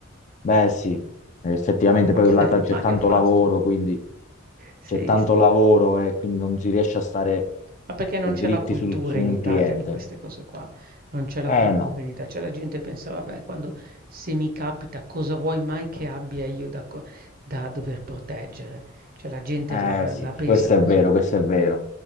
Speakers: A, on the left (about 35°); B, on the right (about 45°).
A: Beh, sì, effettivamente
B: Sì, Io non lo
A: poi
B: chiederei
A: là ta- c'è
B: mai
A: tanto
B: a Fastweb.
A: lavoro, quindi
B: Sì,
A: c'è tanto
B: sì.
A: lavoro e quindi non si riesce a stare
B: Ma perché non
A: dritti
B: c'è la cultura
A: sul- su
B: in
A: un
B: Italia
A: cliente.
B: di queste cose qua, non c'è la
A: Eh
B: cultura
A: no,
B: in Ita cioè la gente che pensa: "Vabbè, quando se mi capita cosa vuoi mai che abbia io da co da dover proteggere?" Cioè la gente
A: eh
B: la r
A: sì,
B: la pensa
A: questo
B: così.
A: è vero, questo è vero.